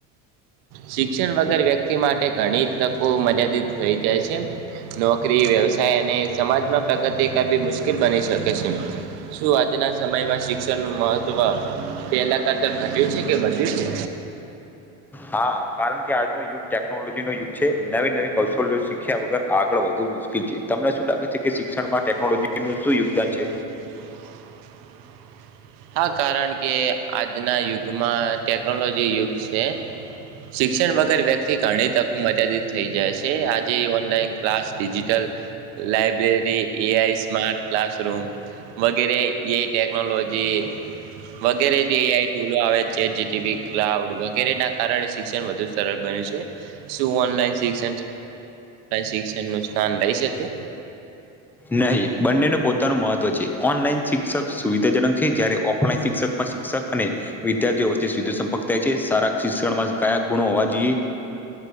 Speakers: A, on the right; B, in the centre.
A: શિક્ષણ વગર વ્યક્તિ માટે ઘણી તકો મર્યાદિત થઈ જાય છે નોકરી વ્યવસાય અને સમાજમાં પ્રગતિ કરવી મુશ્કેલ બની શકે છે શું આજના સમયમાં શિક્ષણનું મહત્વ પહેલા કરતા ઘટ્યું છે કે વધ્યું છે.
B: હા. કારણ કે આજનો યુગ ટેકનોલોજી. ન યુગ છે નવી નવી કૌશલ્ય શીખ્યા વગર આગળ વધુ મુશ્કેલ છે તમને શું લાગે છે કે શિક્ષણમાં
A: <unintelligible>
B: ટેકનોલોજીનું શું યોગદાન છે
A: હા કારણ કે આજના યુગમાં ટેક્નોલોજી યુગ છે. શિક્ષણ વગર વ્યક્તિ ઘણી તકો મર્યાદિત થઈ જાય છે આજે online class digital library AI smart classroom વગેરે એઆઈ ટેકનોલોજી વગેરે જે એઆઈ ટૂલો આવે જે જીટીવી ક્લાઉડ વગેરેના કારણે શિક્ષણ વધ સરળ બને છે શું <unintelligible> શિક્ષ શિક્ષણ ન સ્થાન લઈ શકે
B: નહીં બંનેનું પોતાનું મહત્વ છે ઓનલાઈન શિક્ષક સુવિધાજનક છે જ્યારે ઓફલાઈન શિક્ષકમાં શિક્ષક અને વિદ્યાર્થીઓ વ્ચેયુદધ સંપક થાય છે સારા શિક્ષણમાં કયા કોણવા જએ